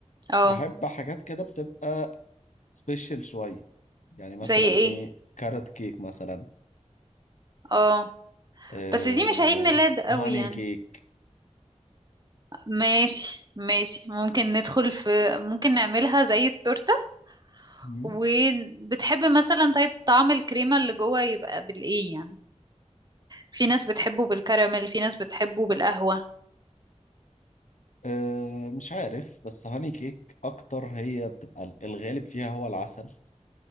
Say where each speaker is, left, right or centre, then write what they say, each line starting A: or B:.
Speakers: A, on the right; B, on the left.
A: اه
B: بحب حاجات كده بتبقى سبيشال شويه يعني مثلا
A: زي ايه
B: ايه كارت كيك مثلا
A: اه
B: آه...
A: بس دي مش عيد ميلاد قوي
B: هاني
A: يعني
B: كيك
A: ماشي ماشي ممكن ندخل في ممكن نعملها زي التورتة
B: مم.
A: وبتحب مثلا طيب طعم الكريمة اللي جوه يبقى بالايه يعني في ناس بتحبه بالكراميل في ناس بتحبه بالقهوة
B: آه... مش عارف بس هاني كيك اكتر هي بتبقى الغالب فيها هو العسل